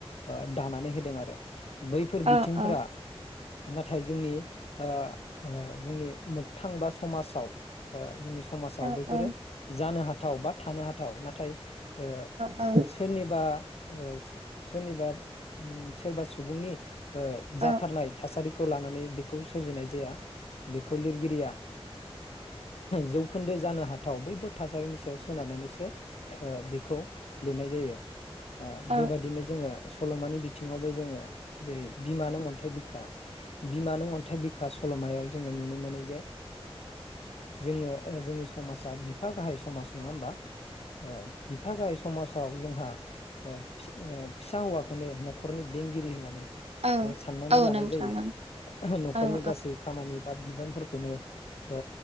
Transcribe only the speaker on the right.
औ औ
औ
औ
औ
औ
औ
औ
औ
नोंथां
ओं औ